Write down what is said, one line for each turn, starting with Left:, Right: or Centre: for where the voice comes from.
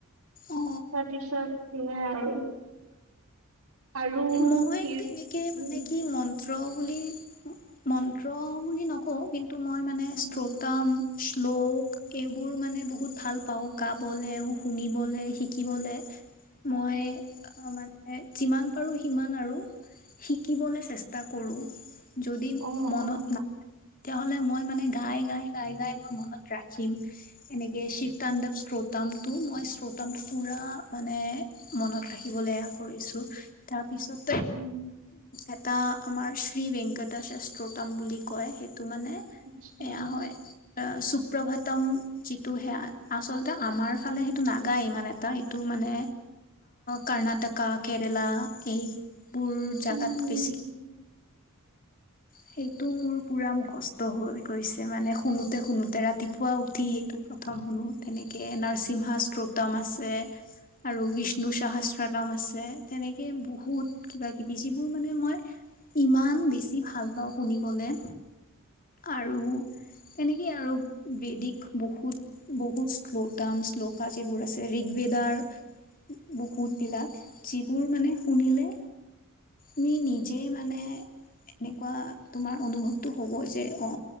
Right: তাৰপিছত
Left: অ
Right: সেয়াই আৰু।
Left: মই
Right: কীৰ
Left: তেনেকে
Right: উম,
Left: মানে কি মন। মন্ত্ৰ বুলি মন্ত্ৰ বুলি নকওঁ কিন্তু মই মানে
Right: উম,
Left: শ্ৰোতাম।
Right: উম,
Left: শ্লোক এইবোৰ মানে বহুত ভাল পাওঁ গাবলৈ, শুনিবলৈ, শিকিবলৈ। মই, অ', মানে যিমান পাৰো। সিমান আৰু শিকিবলৈ চেষ্টা কৰোঁ, যদি
Right: অ',
Left: মনত
Right: অ',
Left: না। তেতিয়াাহ'লে মই মানে, গাই গাই গাই গাই মই মনত ৰাখিম এনেকে শিৱ তাণ্ডৱ শ্ৰোতা টো মই শ্ৰোতামটো পুৰা মানে মনত ৰাখিবলৈ কৰিছো। তাৰপিছত।
Right: উম,
Left: এটা আমাৰ শ্ৰী ভেংকটা শাস্ত্ৰতম বুলি কয় সেই। তটো মানে
Right: আচ্ছা,
Left: এয়া হয়। সুপ্ৰভাতম যিটো সেয়া আচলতে আমাৰ ফালে সেইটো নাগায় ইমান এটা এইটো মানে কৰ্ণাটকা কেৰেলা। এইবোৰ জোগাত
Right: উম,
Left: বেছি। সেইটো মোৰ পুৰা মুখষ্ট হৈ গৈছে মানে শুনোতে শুনোতে ৰাতিপুৱা উঠি সেইটো। প্ৰথম শুনো তেনেকৈ নৰসিম্হা শ্ত্ৰোতম আছে। আৰু বিষ্ণু সহস্ৰতাম আছে তেনেকে। বহুত কিবা কিবি যিবোৰ মানে মই। ইমান বেছি ভাল পাওঁ শুনিবলৈ আৰু। তেনেকেই আৰু বেদিক বহুত বহুত শ্লতাম শ্লোক যিবোৰ আছে ৰি ৱেডাৰ বহুত বিিলাক যিবোৰ মানে শুনিলে মি নিজেই মানে। এনেকুৱা তোমাৰ অনুভৱতো হ'ব যে অ